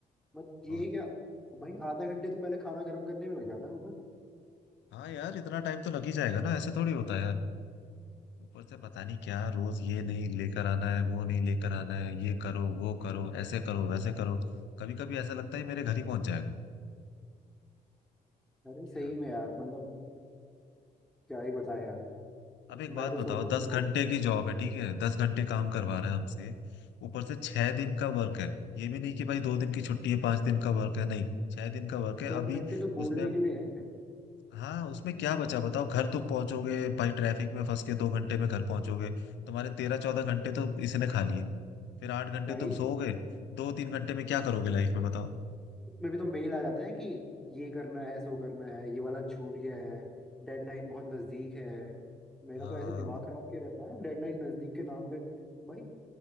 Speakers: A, in the centre; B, on the left (about 80°).
A: बस ये
B: वाह
A: क्या भाई आधा घंटे तो पहले खाना गर्म करने में लग जाता है ऊपर
B: हाँ यार इतना टाइम तो लग ही जाएगा ना ऐसे थोड़ी होता है यार ऊपर से पता नहीं क्या रोज ये नहीं लेकर आना है वो नहीं लेकर आना है ये करो वो करो ऐसे करो वैसे करो कभी कभी ऐसा लगता है मेरे घर ही पहुंच जाएगा
A: अरे
B: क्या
A: सही में यार मतलब क्या ही बताएं यार
B: अब
A: मतलब
B: एक बात
A: मैं तो
B: बताओ
A: सोच रहा
B: दस
A: हूँ जॉब
B: घंटे की जॉब है ठीक है दस घंटे काम करवा रहे हैं हमसे ऊपर से छह दिन का वर्क है ये भी नहीं कि भाई दो दिन की छुट्टी है पांच दिन का वर्क है नहीं छह दिन का वर्क है
A: दस
B: अभी
A: घंटे तो
B: उसमें
A: बोलने के लिए है
B: हाँ उसमें क्या बचा बताओ घर तुम पहुंचोगे भाई ट्रैफिक में फंस के दो घंटे में घर पहुंचोगे तुम्हारे तेरह चौदह घंटे तो इसने खा लिए फिर आठ घंटे
A: भाई
B: तुम सोओगे दो तीन घंटे में क्या करोगे लाइफ में बताओ
A: उसमें भी तो मेल आ जाता है कि ये करना है सो करना है ये वाला छूट गया है डेडलाइन बहुत नजदीक है मेरा
B: हाँ
A: तो ऐसे दिमाग खराब किया रहता है डेडलाइन नजदीक के नाम पे भाई